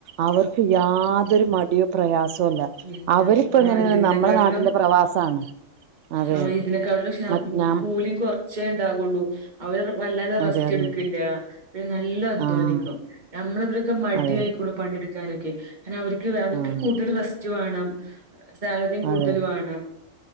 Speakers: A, on the right (about 70°); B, on the right (about 35°).
A: അവർക്ക് യാതൊരു മടിയോ പ്രയാസ സൊല്ല
B: ഇല്ല
A: അവരിപ്പെങ്ങനെ
B: ആ ഇതിനെക്കാട്ടിലും
A: നമ്മളെ നാട്ടിലെ പ്രവാസാണ് അതെ
B: ആ ഇതിനെക്കാട്ടുംക്ഷ
A: മറ്റ്നാം
B: കൂലി കൊർച്ചേണ്ടാവൊള്ളൂ അവര് വെല്ലാതെ റെസ്റ്റ്
A: അതെ അതെ
B: ട്ക്ക ല്ല പിന്നെ നല്ലോം അധ്വാനിക്കും
A: ആഹ്
B: ഞമ്മളവിടൊക്കെ മടി
A: അതെ
B: ആയിക്കുണു പണിട്ക്കാനൊക്കെ അവര്ക്ക് അവര്ക്ക്
A: ആഹ്
B: കൂടുതൽ റെസ്റ്റ് വാണം സാലറിം കൂടുതൽ
A: അതെ
B: വാണം